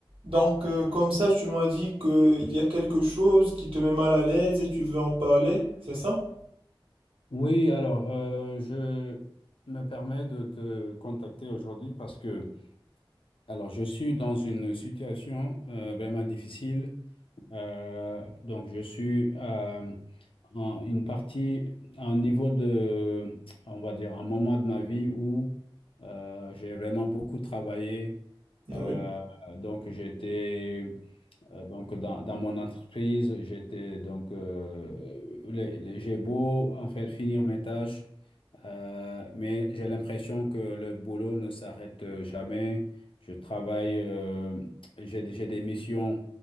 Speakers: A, on the right; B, on the left.
A: Donc, euh, comme ça, tu m'as dit qu'il y a quelque chose qui te met mal à l'aise et tu veux en parler, c'est ça?
B: Oui, alors euh, je me permets de te contacter aujourd'hui parce que alors je suis dans une situation euh, vraiment difficile. Euh, donc je suis à en- une partie, à un niveau de, on va dire, un moment de ma vie où euh, j'ai vraiment beaucoup travaillé.
A: Oui,
B: Euh, donc j'étais euh, donc dans, dans mon entreprise, j'étais donc euh, les- les- j'ai beau en fait finir mes tâches. Euh, mais j'ai l'impression que le boulot ne s'arrête euh, jamais. Je travaille, euh, j'ai, des j'ai des missions